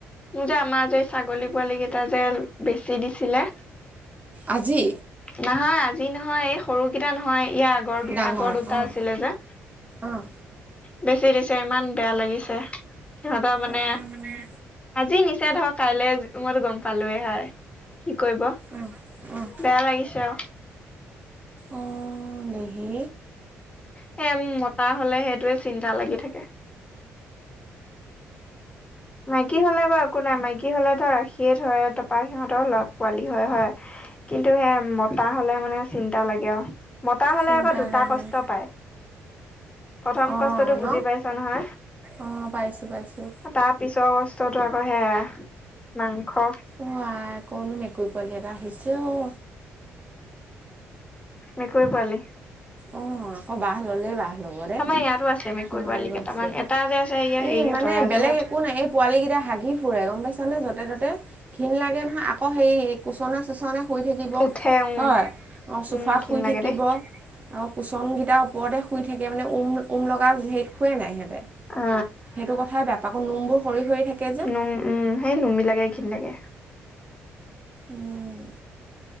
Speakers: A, on the left (about 20°); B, on the right (about 30°).
A: মোৰ যে আমাৰ যে ছাগলী পোৱালি কেইটা যে বেছি দিছিলে
B: আজি
A: নহয় আজি নহয় এই সৰুকেইটা নহয় ইয়াৰ আগৰ
B: ডাঙৰ
A: আগৰ দুটা
B: অঁ
A: আছিলে যে
B: অঁ
A: বেছি দিছে ইমান বেয়া লাগিছে সিহঁতৰ মানে
B: অঁ অঁ
A: আজি নিচে ধৰক কাইলৈ মই গম পালোয়েই হয় কি কৰিব
B: অঁ
A: বেয়া লাগিছে অ
B: অ দেহি
A: সেই মতা হলে সেইটোৱে চিন্তা লাগি থাকে মাইকী হলে বাৰু একো নাই মাইকী হ'লে ত ৰাখিয়ে ধৰে তপা সিহঁতৰ লগ পোৱালি হয় হয় কিন্তু সে মতা হলে মানে চিন্তা লাগে আও মতা হলে
B: চিন্তা
A: আকৌ দুটা
B: লাগে
A: কষ্ট পায় প্ৰথম
B: অঁ
A: কষ্টটো বুজি
B: ন
A: পাইছ নহয়
B: অঁ পাইছোঁ পাইছোঁ
A: তাত পিছৰ কষ্টতো আকৌ সেয়া মাংস
B: অ আই কৰনো মেকুৰী পোৱালী এটা আহিছে অ
A: মেকুৰী পোৱালি
B: অ আকৌ বাহ ল'লেই বাহ ল'ব দে
A: আমাৰ ইয়াতো আছে মেকুৰ
B: সোমাই
A: পোৱালি
B: গৈছে
A: কেইটামান এটা যে আছে এয়া
B: ই
A: সেইহঁতৰ
B: মানে
A: ৰাজু
B: বেলেগ একো নাই এই পোৱালী কেইটা হাগী ফুৰে গম পাইছে। যতে ততে ঘিন লাগে নহয় আকৌ সেই কোচনা চোচনে শুই থাকিব
A: উঠে উম।
B: হয় অ,
A: উম
B: চোফাত
A: ঘিন
B: শুই
A: লাগে
B: থাকিব।
A: দেই
B: আৰু কুচনকেইটাৰ ওপৰতে শুই থাকে মানে ওম - ওম লগা হেৰিত শোৱে নাই সিহতে।
A: অ
B: সেইটো কথাই বেয়া পাও আকৌ নোমবোৰ সৰি - সৰি থাকে যে।
A: নোম উম সেই নুমিবিলাকে ঘিন লাগে।
B: উম